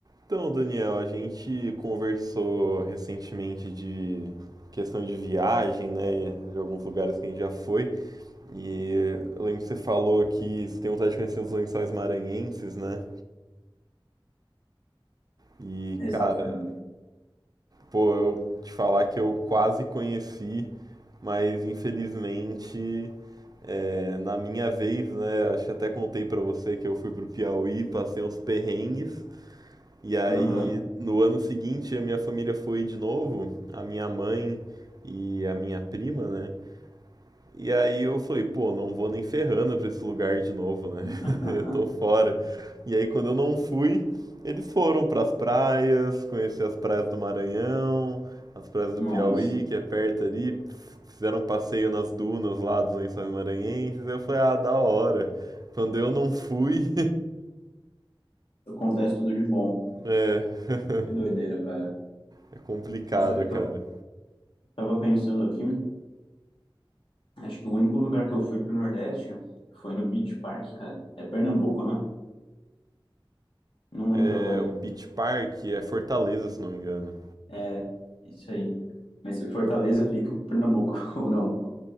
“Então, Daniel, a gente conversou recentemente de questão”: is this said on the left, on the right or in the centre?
Right